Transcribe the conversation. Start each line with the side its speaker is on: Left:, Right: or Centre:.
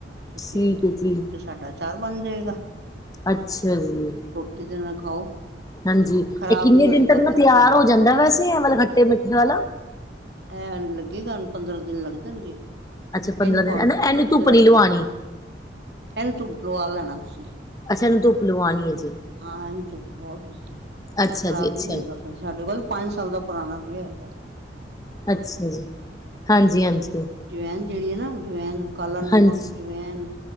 Right: ਤੁਸੀਂ
Left: ਠੀਕ ਹੈ ਜੀ
Right: ਤਾਡਾ ਚਾਰ ਬਣ ਜਾਏਗਾ।
Left: ਅੱਛਾ ਜੀ।
Right: ਕਿਸੇ ਨਾਲ ਖਾਓ।
Left: ਹਾਂਜੀ
Right: ਖ਼ਰਾਬ
Left: ਇਹ ਕਿੰਨੇ
Right: ਨੀ ਹੋਏਗਾ
Left: ਦਿਨ ਤੱਕ ਨਾ
Right: ਜਰਾ
Left: ਤਿਆਰ
Right: ਵੀ
Left: ਹੋ ਜਾਂਦਾ ਵੈਸੇ ਆ ਮਤਲਬ ਖੱਟੇ ਮਿੱਠੇ ਵਾਲਾ।
Right: ਐ ਲੱਗੇਗਾ ਹੁਨ ਪੰਦਰਾਂ ਦਿਨ ਲੱਗ ਜਾਣਗੇ
Left: ਅੱਛਾ ਪੰਦਰਾਂ
Right: ਇਹਨੂੰ ਭਾਵੇਂ
Left: ਦਿਨ ਨਾ
Right: ਤੁਸੀਂ
Left: ਇਹਨੂੰ
Right: ਧੁੱਪ ਤੇ ਰੱਖ
Left: ਨੀ ਲਵਾਉਣੀ
Right: ਦੋ। ਇਹਨੂੰ ਧੁੱਪ ਲਵਾ ਲੈਣਾ ਤੁਸੀਂ।
Left: ਅੱਛਾ ਇਹਨੂੰ ਧੁੱਪ ਲਵਾਉਣੀ ਹੈ ਜੀ
Right: ਹਾਂ ਇਹਨੂੰ ਧੁੱਪ ਲਵਾਓ ਤੁਸੀਂ
Left: ਅੱਛਾ
Right: ਖ਼ਰਾਬ
Left: ਜੀ ਅੱਛਾ
Right: ਨੀ ਹੋਏਗਾ। ਸਾਡੇ ਕੋਲ ਪੰਜ ਸਾਲ ਦਾ ਪੁਰਾਣਾ ਪਿਆ ਹੋਇਆ।
Left: ਅੱਛਾ ਜੀ ਹਾਂਜੀ, ਹਾਂਜੀ।
Right: ਜਵੈਨ ਜਿਹੜੀ ਹੈ ਨਾ ਜਵੈਨ ਕਾਲਾ ਨਮਕ
Left: ਹਾਂਜੀ
Right: ਜਵੈਨ